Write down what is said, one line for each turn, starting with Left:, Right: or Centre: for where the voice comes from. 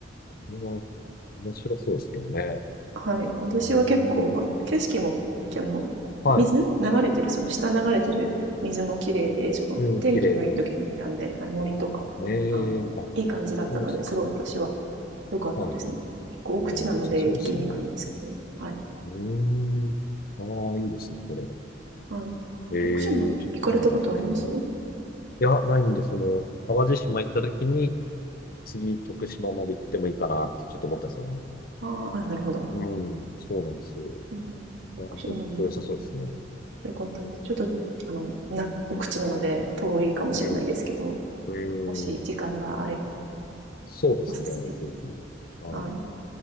Left: これは面白そうですけどね。
Right: はい。私は結構、
Left: うーん、
Right: ま、景色も、あの、
Left: はい。
Right: 水流れてる、その下流れてる水も綺麗で、その、
Left: うん、
Right: 天気がいい時に行ったんで、
Left: 綺麗で。
Right: はい、森とか、
Left: ええあ、
Right: あの、
Left: こ
Right: いい感じだったので、
Left: こ良さそう。
Right: すごい私は良かったですね。
Left: はい。うん、
Right: 結構奥地なので行きにくいんですけど、
Left: あー良さそうですね。
Right: はい。
Left: うーん、ああ、いいですね、これ。
Right: はい。
Left: ええちょっと今度行ってみよう。
Right: 徳島行かれたことあります
Left: いや、ないんで、その、淡路島行った時に、次、徳島まで行ってもいいかなってちょっと思ったんですよね。
Right: ああー、あなるほど。
Left: うん、そうなんですよ。い
Right: うん。徳島も
Left: やでも、これ良さそうですね。
Right: よかったです。ちょっと、あの、な、お口なので遠いかもしれないですけど、
Left: うん、うん、
Right: もし時間があれば
Left: そうですね、
Right: おすすめです。
Left: ぜひ。はい。
Right: はい。